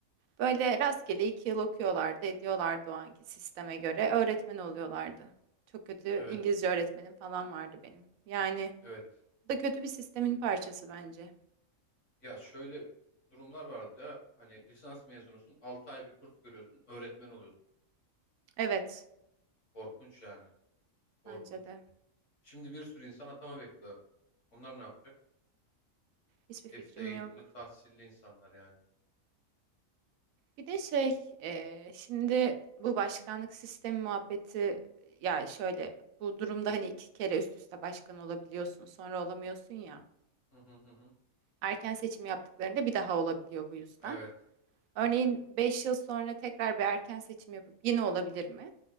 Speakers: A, on the right; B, on the left.
A: Böyle rastgele iki yıl okuyorlardı, ediyorlardı o anki sisteme göre. Öğretmen oluyorlardı. Çok kötü
B: Evet.
A: İngilizce öğretmenim falan vardı benim. Yani
B: Evet.
A: bu da kötü bir sistemin parçası bence.
B: Ya şöyle durumlar vardı ya. Hani lisans mezunusun, 6 ay bir kurs görüyorsun, öğretmen oluyorsun.
A: Evet,
B: Korkunç yani. Korkunç.
A: bence de.
B: Şimdi bir sürü insan atama bekliyor. Onlar ne yapacak?
A: Hiçbir fikrim
B: Hepsi de eğitimli,
A: yok.
B: tahsilli insanlar yani.
A: Bir de şey, eee, şimdi bu başkanlık sistemi muhabbeti ya şöyle bu durumda hani iki kere üst üste başkan olabiliyorsun, sonra olamıyorsun ya.
B: Hı hı hı. hı.
A: Erken seçim yaptıklarında bir daha olabiliyor bu yüzden.
B: Evet, evet.
A: Örneğin 5 yıl sonra tekrar bir erken seçim yapıp yine olabilir mi?